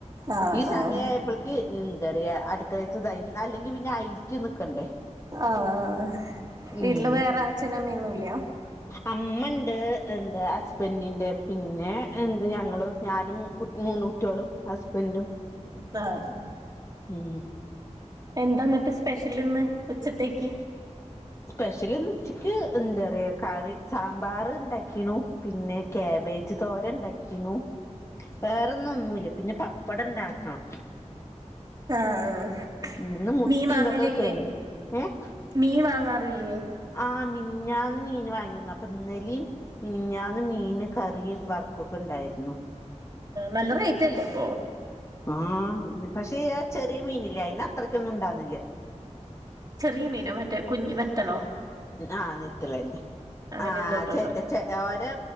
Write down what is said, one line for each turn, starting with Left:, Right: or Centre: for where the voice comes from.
Right: ആഹ്
Left: ഈ സമയ
Right: ആഹ്
Left: പ്പോളക്ക് എന്താ പറയാ അടുക്കളെത്ത തായി അല്ലെങ്കിൽ പിന്നെ അയില്ക്കി നിക്കണ്ടേ
Right: ആഹ് അഹ് വീട്ടില്
Left: ഉം
Right: വേറെ അച്ഛനും അമ്മയൊന്നുല്ല
Left: അമ്മണ്ട് എന്താ ഹസ്ബൻണ്ടിന്റെ പിന്നെ എന്ത് ഞങ്ങളും ഞാനും കു മൂന്ന് കുട്ടികളും ഹസ്ബൻഡും
Right: ആഹ്
Left: ഉം
Right: എന്താ ന്നട്ട് സ്പെഷ്യലിന്ന് ഉച്ചത്തേക്ക്
Left: <inaudible> സ്പെഷ്യലിന്ന് ഉച്ചയ്ക്ക് എന്താ പറയുക കറി സാമ്പാർ ഉണ്ടാക്കീണു പിന്നെ ക്യബേജ് തോരൻ ഉണ്ടാക്കീണു വേറെന്നു ഒന്നുമില്ല പിന്നെ പപ്പടം ഇണ്ടാകാം
Right: ആഹ്
Left: മം ഇന്ന് മുട്ടിംതൊക്കെ
Right: മീൻ വാങ്ങലില്ലേ
Left: കഴിഞ്ഞു ഏഹ്
Right: മീൻ വാങ്ങാറില്ലേ
Left: ആ മിനിഞ്ഞാന്ന് മീൻ വാങ്ങിന്ന് അപ്പൊ ഇന്നലിം മിനിഞ്ഞന്ന് മീന് കറിയും വറക്കൊക്കെ ഉണ്ടായിരുന്നു.
Right: നല്ല റേറ്റ്ല്ലേ ഇപ്പോ
Left: മം പക്ഷേ ആ ചെറിയ മീനില്ലേ അയിന് അത്രക്കൊന്നും ഇണ്ടാവ്ന്നില്ല.
Right: ചെറിയ മീനോ മറ്റേ കുഞ് വത്തളോ
Left: ആഹ് നിത്തളന്നെ
Right: അങ്ങനെ
Left: ആഹ
Right: എന്തോട്ടോ
Left: ചെ
Right: പറയാ
Left: ച ഓരോ